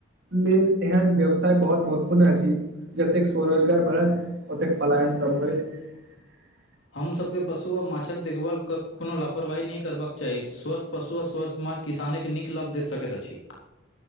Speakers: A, on the right (about 65°); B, on the left (about 90°).
A: लेल एहन व्यवसाय बहुत महत्वपूर्ण अछि जतेक स्वरोजगार बढ़त ओतेक पलायन कम होय हूं।
B: हम सबके पशु ओ माछक देखभाल कोनो लापरवाही नहि करबाक चाही स्वस्थ पशु ओ स्वस्थ माछ। किसाने के नीक लाभ दे सकैत अछि